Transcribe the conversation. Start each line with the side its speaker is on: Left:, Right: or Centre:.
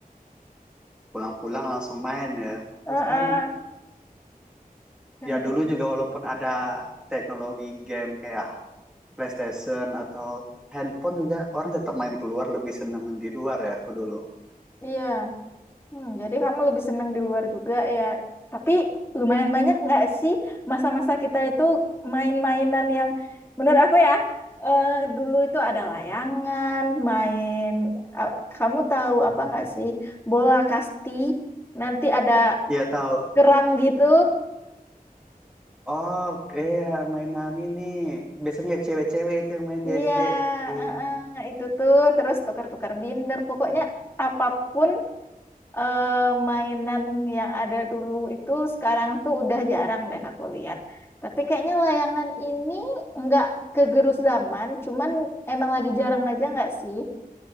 Centre: pulang-pulang langsung main ya terus
Left: Heeh.
Centre: sekarang
Left: <laughs>
Centre: ya dulu juga walaupun ada teknologi game kayak PlayStation atau handphone juga orang tetap main keluar lebih seneng di luar ya aku dulu
Left: Iya, Hmm, jadi kamu lebih senang di luar juga ya. Tapi lumayan banyak nggak sih masa-masa kita itu main-mainan yang menurut aku ya eh, dulu itu ada layangan, main. ah, Kamu tahu apa nggak sih bola kasti? Nanti ada
Centre: iya tahu
Left: kerang gitu,
Centre: oh iya mainan ini biasanya ya cewek-cewek itu yang main di
Left: Iya,
Centre: SD iya
Left: heeh, itu tuh terus tukar-tukar binder. Pokoknya apapun eh, mainan yang ada dulu itu sekarang tuh udah jarang deh aku lihat. Tapi kayaknya layangan ini nggak kegerus zaman, cuman emang lagi jarang aja nggak sih?